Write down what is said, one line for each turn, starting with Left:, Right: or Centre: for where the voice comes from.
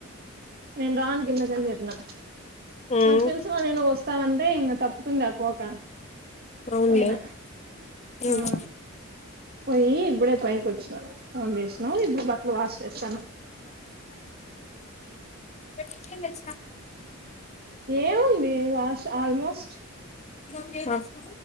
Right: నేను రాను కిందకని చెప్పిన
Left: మ్మ్
Right: నాకు తెలుసు మని నువ్వొస్తవంటే ఇంగ తప్పుతుంది ఆ పోక
Left: అవునులే
Right: పోయినా
Left: మ్మ్
Right: ఆ పోయ్యి ఇప్పుడే పైకి వచ్చినా ఫోన్ చేసినావ్ ఇప్పుడు బట్టలు వాష్ చేస్తన
Left: చ్చ
Right: ఏముంది వాష్ ఆల్మోస్ట్
Left: మీ మా ఆ